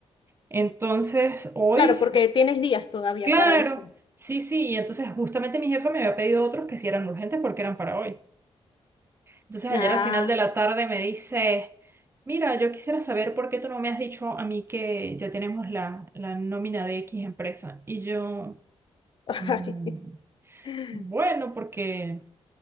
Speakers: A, on the right; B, on the left.
A: Entonces hoy,
B: Claro, porque tienes días todavía
A: claro,
B: para eso.
A: sí, sí. Y entonces justamente mi jefa me había pedido otros que sí eran urgentes porque eran para hoy. Entonces ayer
B: Ah,
A: al final de la tarde me dice, mira, yo quisiera saber por qué tú no me has dicho a mí que ya tenemos la, la nómina de X empresa. Y yo...
B: <laughs>
A: "Mm,
B: ay.
A: bueno, porque